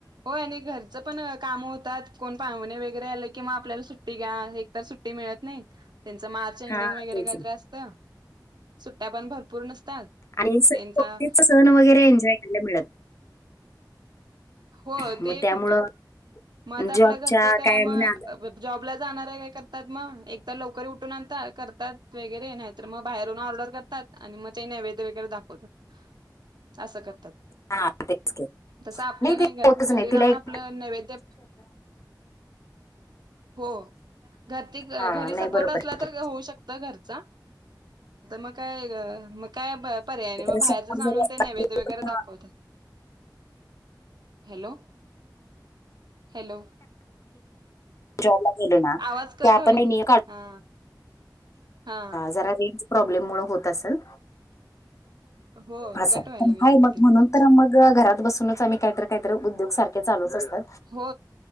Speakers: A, on the right; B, on the left.
A: होय आणि घरचं पण कामं होतात कोण पाणे वगैरे आले की, मग आपल्याला सुट्टी घ्या एकतर सुट्टी. ते मिळत नाही त्यांच मार्च एंडिंग
B: हा
A: वगैरे
B: तेच
A: काहीत
B: ना.
A: असत. त सुट्ट्या पण भरपूर नसतात.
B: आणितीच
A: त्यांचा
B: <unintelligible> सण वगैरे एन्जॉय करायला मिळत.
A: हो
B: नाही.
A: ते
B: मग
A: एक
B: त्यामुळं
A: होतं मग आता
B: जॉबच्या
A: आपल्या घरचं काय
B: कायमी
A: मग.
B: नादात
A: जॉबला जाणार काय करतात मग एक तर लवकरी उठून आणता करतात वगैरे नाहीत मग बाहेरून ऑर्डर कर''--'' तात आणि मग ते नैवेद्य वगैरे दाखवतात असं करतात.
B: हा तेच की,
A: तसं आपलं
B: नाही ते.
A: घर
B: होतच नाही
A: घरी
B: <inaudible> तिला
A: राहून
B: एक.
A: आपलं नैवेद्य हो घरते
B: हा
A: घरी
B: नाही
A: सपोर्ट
B: बरोबर
A: असला
B: आहे
A: तर.
B: की.
A: त होऊ शकत घरचा मग काय. काय पर्याय नाही.
B: तर
A: मग
B: समोर
A: बाहेरच
B: जरी
A: आणून
B: आपण
A: ते नैवद्य वगैरे दाखवत्यात. Hello hello.
B: जॉबला गेलो ना.
A: आवाज कट
B: की आपण
A: व्हायला
B: हे नियम काढून
A: हा हा
B: जरा नेटच प्रॉब्लेम मुळे होत असल.
A: हो
B: असं
A: कट
B: हाय.
A: व्हायला
B: पण
A: लागलाय
B: हाय मग
A: मध्ये मध्ये
B: म्हणून तर मग घरात बसूनच आम्ही काहीतर काहीतर उद्योग सारख. ते चालूच असतात.
A: हो